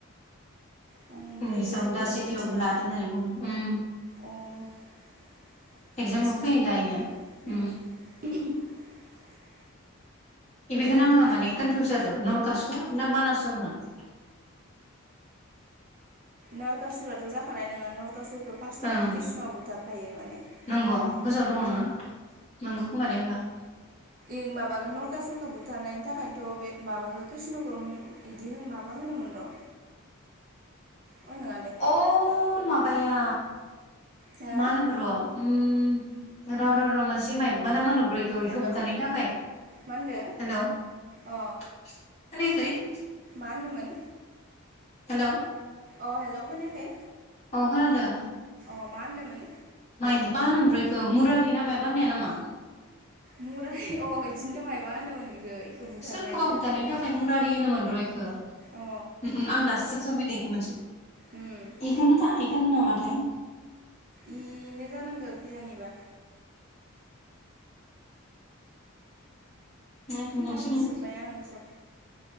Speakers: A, on the left (about 30°); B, on the right (about 40°).
A: <unintelligible>
B: अ। आं बेफोरखौ जेबोखौनो मिथियामोन अ <unintelligible>
A: एगजामाव फैयो दा इनिया उम बे बेखौनो आङो माने कनफिउस जादों नरकासुर ना बानासुरमोन <inaudible>
B: नरकासुराथ' जाखानाय नङा नरकासुरखौ फार्स्टआवनो
A: ओं
B: कृष्णआ बुथारखायो माने।
A: नंगौ गोसोआव
B: उम
A: दङ नोङो नोंगौ खोमा दे होमबा
B: आं माबागोनन नरखा सुरखौ बुथारनायनि थाखायनोथ' बे माबाखौ कृष्णखौ बिदि होन माबा होन होनो मोन र'
A: <inaudible>
B: अ नङा दे
A: अ माबाया
B: हो
A: मा होनमोन र' ओम र' र' र' मोनसे माइबा नाम होनोमोन। रयखौ
B: हेलौ
A: इखो बुथारनायनि थाखाय। हेल'
B: मा होनदो
A: खोनायाखै?
B: अ मा होनदोमोन?
A: हेल'
B: अ हेल' खोनायाखै?
A: अ खोनादों।
B: अ मा होनदोंमोन?
A: माइबा होनोमोन बेखौ मुरारि ना मायबा होननाया नामा?
B: मुरारि अ इदिनोथ' माइबा होनोमोन इखो इखौ बुथारनायनि
A: सोरखौबा
B: थाखायनो
A: बुथारनायनि
B: नामा
A: थाखाय मु रारि होनोमोन र इखौ।
B: अ
A: उम उम आं दासो गोसोआव फैदों‌ इखो मोनसे
B: उम
A: एखौ नोथ' होनो नामाथाय।
B: इनो जानांगौ खि जानिबा।
A: नायफिननांसिगोन
B: बावजोब्बाय आङो सब।